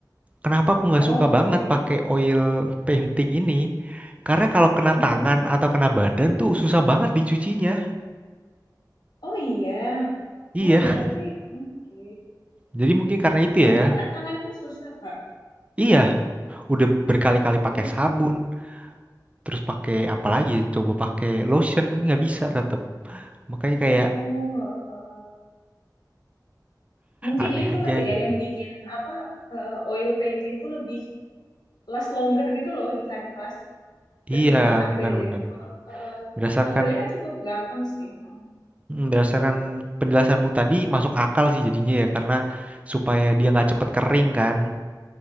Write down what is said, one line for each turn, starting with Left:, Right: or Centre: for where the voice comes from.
Right: kenapa aku nggak
Left: Oh,
Right: suka
Left: oke.
Right: banget pakai oil painting ini karena kalau kena
Left: Mm-mm.
Right: tangan atau kena badan tuh susah banget dicucinya
Left: Oh iya.
Right: iya
Left: Oh berarti oke.
Right: jadi mungkin karena itu
Left: Bahkan
Right: ya
Left: kena tangan pun susah, Kak.
Right: iya udah berkali-kali pakai
Left: Hmm.
Right: sabun terus pakai apa lagi coba pakai lotion nggak bisa tetap makanya
Left: Oh,
Right: kayak
Left: heeh, heeh. Mungkin
Right: aneh
Left: itu
Right: aja
Left: kali ya
Right: gitu
Left: yang bikin apa eh, oil painting tuh lebih last longer gitu loh di kanvas ketimbang
Right: iya
Left: akrilik.
Right: benar-benar
Left: Kalau eh,
Right: berdasarkan
Left: akrilik kan cukup gampang sih. Heeh.
Right: Hmm, Berdasarkan penjelasanmu tadi masuk akal sih jadinya ya karena supaya dia nggak cepet kering kan.